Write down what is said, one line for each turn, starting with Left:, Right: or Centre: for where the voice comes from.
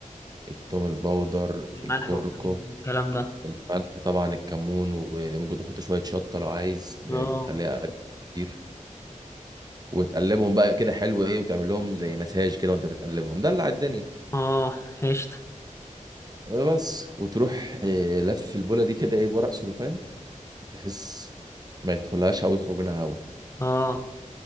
Right: التوم البودر
Left: الملح
Right: الكركم
Left: والكلام ده
Right: الملح طبعا الكمون وممكن تحط شوية شطة لو عايز ب-
Left: اه
Right: بتخليها أجمل كتير وتقلبهم بقى كده حلو إيه وتعمل لهم زي مساج كده وأنت بتقلبهم دلع الدنيا
Left: اه هشت
Right: بس وتروح آه، لف البولة دي كده إيه بورق سلوفان بحيث ما يدخلهاش هوا ويخرج منها هوا
Left: اه